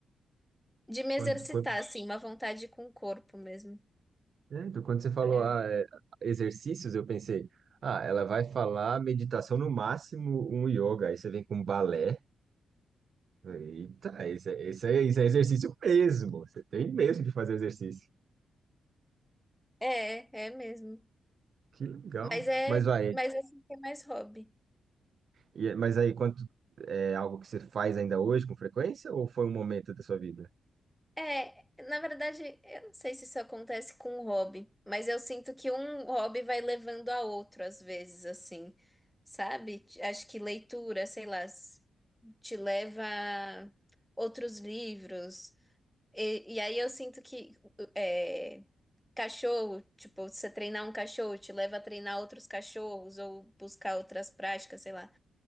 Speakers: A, in the centre; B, on the right.
A: De me
B: Quando,
A: exercitar,
B: quando,
A: assim, uma vontade com o corpo mesmo.
B: é, então, quando você falou
A: É,
B: ah, é, exercícios, eu pensei, ah, ela vai falar meditação no máximo um yoga, aí você vem com balé. Eita, esse é, esse é, esse é exercício mesmo. Você tem mesmo de fazer exercício.
A: <laughs> é, é mesmo.
B: Que legal.
A: Mas é,
B: Mas vai,
A: mas assim que é mais hobby.
B: e- mas aí quanto é algo que você faz ainda hoje com frequência ou foi um momento da sua vida?
A: É, na verdade, eu não sei se isso acontece com um hobby, mas eu sinto que um hobby vai levando a outro às vezes, assim, sabe? Acho que leitura, sei lá, s- te leva a outros livros. E, e aí eu sinto que é, cachorro, tipo, você treinar um cachorro te leva a treinar outros cachorros ou buscar outras práticas, sei lá.